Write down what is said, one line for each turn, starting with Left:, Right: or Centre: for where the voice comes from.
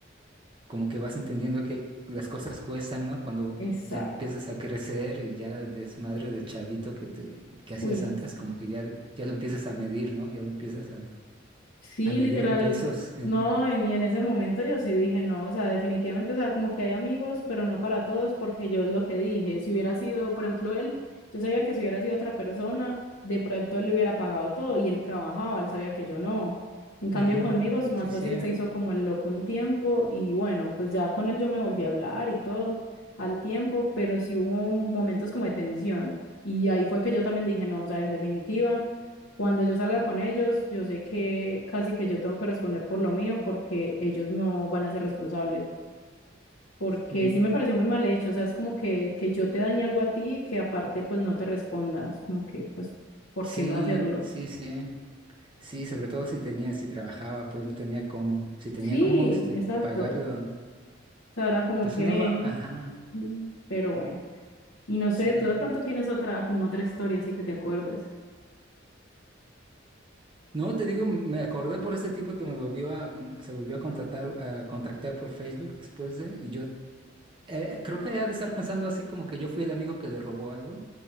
Right: como que vas entendiendo que las cosas cuestan, ¿no? Cuando
Left: exacto.
Right: ya empiezas a crecer y ya el desmadre de chavito que te, que hacías
Left: Uy,
Right: antes, como que ya, ya lo empiezas a medir, ¿no? Ya lo empiezas a,
Left: Sí,
Right: a medir
Left: literal,
Right: en pesos, en...
Left: no, en- y en ese momento yo sí dije, no, o sea, definitivamente, o sea, como que hay amigos, pero no para todos, porque yo es lo que dije, si hubiera sido, por ejemplo, él, yo sabía que si hubiera sido otra persona, de pronto él le hubiera pagado todo y él trabajaba, él sabía que yo no. En cambio,
Right: Mm,
Left: conmigo, es más
Right: sí,
Left: fácil
Right: sí.
Left: se hizo como el loco un tiempo y bueno, pues ya con él yo me volví a hablar y todo al tiempo, pero sí hubo momentos como de tensión y ahí fue que yo también dije, no, o sea, en definitiva. Cuando yo salga con ellos, yo sé que casi que yo tengo que responder por lo mío porque ellos no van a ser responsables. Porque
Right: Mm.
Left: sí me pareció muy mal hecho, o sea, es como que, que yo te dañe algo a ti y que aparte pues no te responda, es como que pues, ¿por
Right: Sí,
Left: qué no hacerlo?
Right: sí, sí. Sí, sobre todo si tenía, si trabajaba, pues no tenía cómo. Si tenía
Left: Sí,
Right: cómo este,
Left: exacto.
Right: pagarlo,
Left: O sea, era como
Right: pues
Left: que
Right: uno
Left: ven,
Right: va, ajá,
Left: mm, pero bueno. Y no sé,
Right: sí.
Left: tú de pronto tienes otra, como otra historia así que te acuerdes.
Right: No, te digo, me acordé por este tipo que me volvió a, como- se volvió a contactar, a contactar por Facebook después de, y yo eh, creo que había de estar pensando así como que yo fui el amigo que le robó algo,